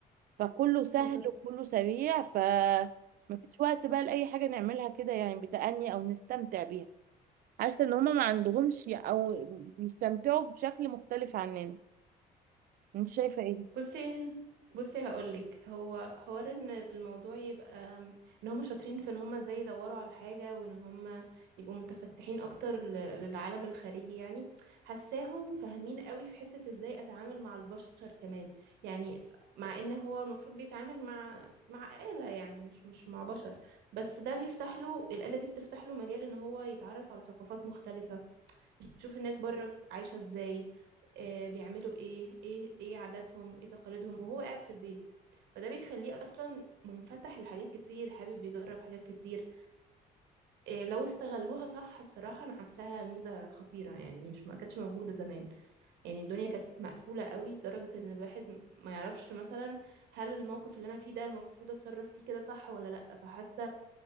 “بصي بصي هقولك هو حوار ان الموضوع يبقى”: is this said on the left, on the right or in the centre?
Right